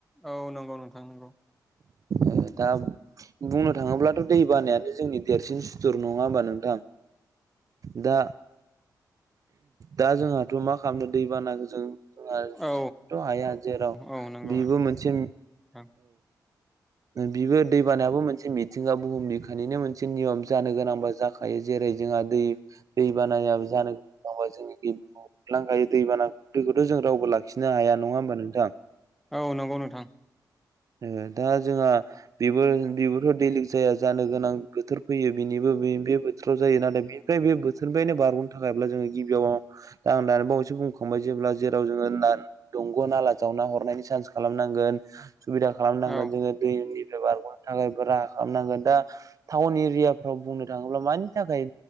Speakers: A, in the centre; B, on the right.
A: औ नंगौ नोंथां नंगौ
B: ए दा बुंनो थाङोब्लाथ' दै बानायानो जोंनि देरसिन सुथुर नङा होमबा नोंथां दा दा जोंहाथ' मा खालामनो दैबानाखौ जों जोंहा जुजिनोथ'
A: औ
B: हाया जेराव
A: औ नंगौ
B: बेबो मोनसे
A: नोंथां
B: बिबो दैबानायाबो मोनसे मिथिंगा बुहुम बिखानिनो मोनसे नियम जानो गोनांबा जा खायो जेरै जोंहा दै दै बानायाबो जानो गोनां जोंनि लांखायो दैबाना दैखौथ' जों रावबो लाखिनो हाया नङा होमबा नोंथां
A: औ नंगौ नोंथां
B: जोङो दा जोंहा बिबो बिबोथ' दैलिग जाया जानो गोनां बोथोर फैयो बिनिबो बे बोथोराव जायो नाथाय बे ओमफ्राय बे बोथोरनिफ्रायनो बारग'नो थाखायब्ला जोङो गिबियाव दा आं दानि बावैसो बुंखांबाय जेब्ला जेराव जोङो होन दंग' नाला जावना हरनायनि चान्स खालामनांगोन सुबिदा खालामनांगोन
A: औ
B: जोङो दैनिफ्राय बारग'नो थाखायबो राहा खालामनांगोन दा टाउन एरियाफ्राव बुंनो थाङोब्ला मानि थाखाय